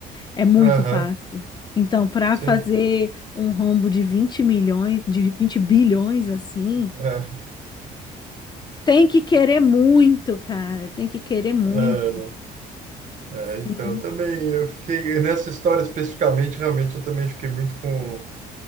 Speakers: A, on the left (about 25°); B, on the right (about 45°).
A: É muito
B: Aham,
A: fácil. Então, para
B: sim.
A: fazer um rombo de 20 milhões, de 20 bilhões assim,
B: É,
A: tem que querer muito, cara. Tem que querer muito.
B: é, né? É, então,
A: Sim.
B: também eu fiquei nessa história especificamente, realmente eu também fiquei muito com